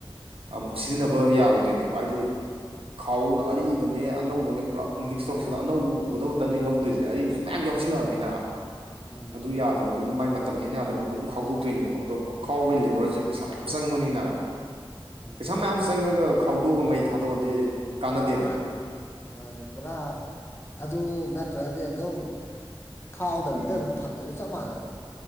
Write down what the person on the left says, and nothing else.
ꯎꯝ
ꯎꯝ
ꯎꯝ
ꯃꯥꯅꯦ ꯃꯥꯅꯦ ꯄꯨꯔꯥ ꯑꯗꯨ ꯅꯠꯇ꯭ꯔꯗꯤ ꯑꯗꯨꯝ ꯈꯥꯎꯗꯕꯤꯗ
ꯑꯗꯨꯝ ꯊꯝꯃꯥꯁꯨ ꯆꯞ ꯃꯥꯟꯅꯗ꯭ꯔꯣ